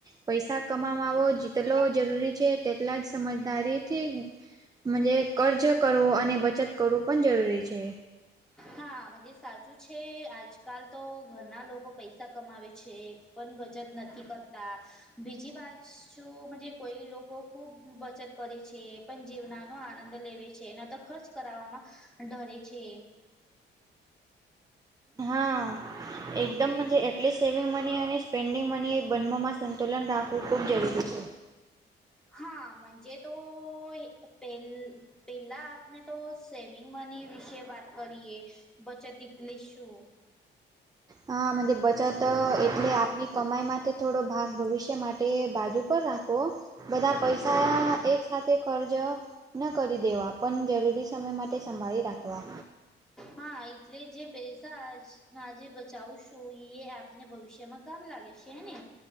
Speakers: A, on the right; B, in the centre.
A: પૈસા કમાવા આવો જેટલો જરૂરી છે તેટલા જ સમજદારીથી. જ કર્જ કરવો અને બચત કરવું પણ જરૂરી છે.
B: હા સાચું છે આજકાલ તો ઘરના લોકો પૈસા. પૈસા કમાવે છે પણ બચત નથી કરતા. બીજી બાજ શું કોઈ લોકો. ખૂબ બચત કરે છે એ પણ જીવનાનો આનંદ લેવી છે ન તો ખર્ચ કરાવવામાં ડરે છે.
A: હા એકદમ એટલીસ્ટ સેવિંગ મની અને સ્પેન્ડિંગ મની બનમાં સંતુલન રાખવું ખૂબ જરૂરી છે.
B: હાજે તો પે પેલા. આપને તો સેવિંગ મની વિશે વાત કરીએ બચત એટલે શું.
A: હ બચત એટલે આપની કમાઈ માટે. થોડો ભાગ ભવિષ્ય માટે બાજુ પર રાખો બધા પૈસા એક સાથે. ફર્જ ન કરી દેવા પણ જરૂરી સમય માટે સંભાળી રાખવા.
B: હા એટલે જે પૈસાજે બચાવશું એ આપને ભવિષ્યમાં. કમ લાગે છેને